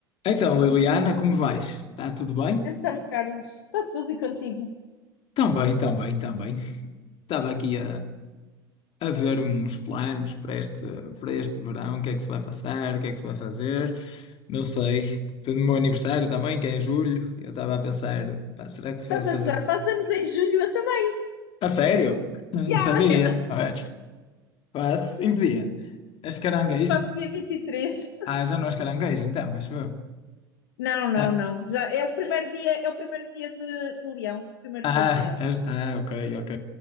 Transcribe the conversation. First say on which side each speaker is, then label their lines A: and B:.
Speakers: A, on the left; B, on the left.
A: Então, Liliana, como vais? Está tudo bem?
B: Então, Carlos, está tudo e contigo.
A: Tão bem, tão bem, tão bem. Estava aqui a, a ver uns planos para este, para este verão, o que é que se vai passar, o que é que se vai fazer, não sei. Tipo, No meu aniversário também, que é em julho, eu estava a pensar, pá, será que se
B: Estás
A: vai fazer?
B: a gozar? Faz anos em julho, eu também. <laughs>
A: A sério? Não
B: Ya,
A: sabia.
B: ya.
A: A ver. Pá, em que dia? És caranguejo?
B: Faço dia 23.
A: Ah, já não és caranguejo, então, mas eu.
B: Não, não,
A: Ah,
B: não. Já é o primeiro dia, é o primeiro dia de, de Leão. Primeiro
A: ah,
B: dia de Leão.
A: és... Ah, ok, ok.